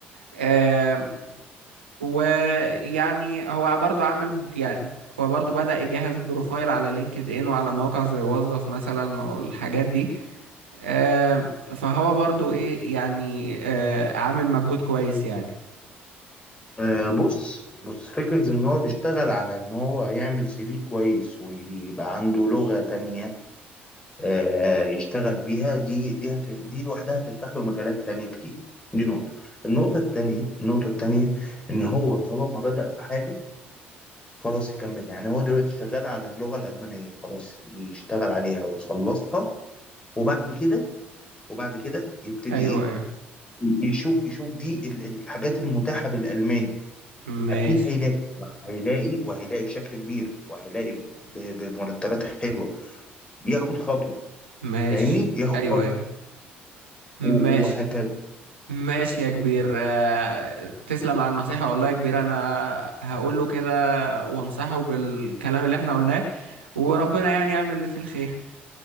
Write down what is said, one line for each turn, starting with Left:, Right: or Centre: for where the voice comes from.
Right: آه، ويعني هو برضه عامل ب- يعني هو برضه بدأ يجهز بروفايل على لينكد ان وعلى مواقع زي وظف مثلا والحاجات دي آه، فهو برضه ايه يعني آه، عامل مجهود كويس يعني
Left: آه، بص بص فكرة إن هو بيشتغل على إن هو يعمل سي في كويس ويبقى عنده لغة تانية آه، يشتغل بيها دي دي هت- دي لوحدها هتفتح له مجالات تانية كتير دي نقطة النقطة التانية النقطة التانية إن هو طالما بدأ في حاجة خلاص يكمل يعني هو دلوقتي شغال على اللغة الألمانية خلاص يشتغل عليها ويخلصها وبعد كده وبعد كده يبتدي
Right: ايوه
Left: إيه
Right: ايوه
Left: يشوف يشوف دي ال- الحاجات المتاحة بالألماني
Right: ماشي
Left: أكيد هيلاقي هيلاقي وهيلاقي بشكل كبير وهيلاقي ب- بمرتبات حلوة بياخد خطوة
Right: ماشي
Left: فاهمني ياخد
Right: ايوه
Left: خطوة
Right: ايوه ماشي
Left: و- وهكذا
Right: ماشي يا كبير آه، تسلم على النصيحة والله يا كبير انا هقول له كده وانصحه بالكلام اللي احنا قلناه وربنا يعني يعمل اللي فيه الخير